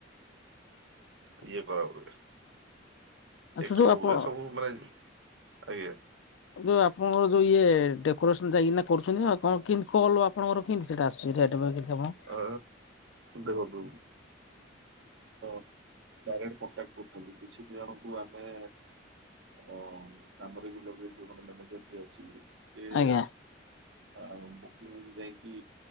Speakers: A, on the left; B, on the right.
A: <inaudible>
B: ଇଏ କରାହୁଏ।
A: ଆଚ୍ଛା
B: ଏକ୍ସପୋ
A: ଯୋଉ ଆପଣ
B: ହୁଏ ସବୁ ମାନେ ଆଜ୍ଞା।
A: ଯୋଉ ଆପଣଙ୍କର ଯୋଉ ଇଏ ଡେ କୋରସନ୍ ଯାଇକିନା କରୁଛନ୍ତି ନା କଣ କେମତି କଲ୍ ଆପଣଙ୍କର କେମିତି ସେଟା ଆସୁଛି <unintelligible>
B: ଅ ଦେଖନ୍ତୁ <unintelligible> ଡାଇରେକ୍ଟ କଣ୍ଟାକ୍ଟ କରୁଥିଲୁ କିଛି ଜଣଙ୍କୁ ଆମେ ଅ କାମରେ ବି ଲଗେଇଛୁ ଯୋଉ <unintelligible> ଅଛି ବି। ସିଏ
A: ଆଜ୍ଞା
B: ଆ ବୁକିଂ କୁ ଯାଇକି